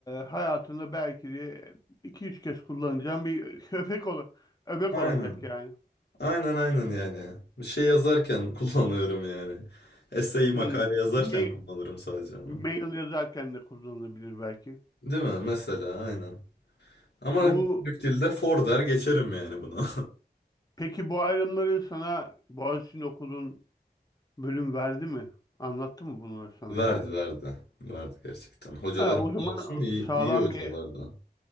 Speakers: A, on the left; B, on the left.
A: hayatında belki de iki üç kez kullanacağın bir <laughs> öbek, ola, öbek
B: Aynen.
A: olacak yani.
B: Aynen aynen yani. Bir şey yazarken <laughs> kullanıyorum yani. Essay makale
A: Hmm.
B: yazarken
A: Ma-
B: kullanırım sadece onu.
A: Mail yazarken de kullanılabilir belki.
B: Değil mi? Mesela aynen. Ama
A: Bu
B: günlük dilde for der geçerim yani bunu.
A: peki bu ayrımları sana Boğaziçi'nde okuduğun bölüm verdi mi? Anlattı mı bunları
B: <laughs>
A: sana
B: Verdi
A: yani?
B: verdi. Verdi gerçekten. Hocalarım
A: Ha, o
B: da
A: zaman
B: olsun iyi,
A: sağlam
B: iyi hocalardan.
A: bir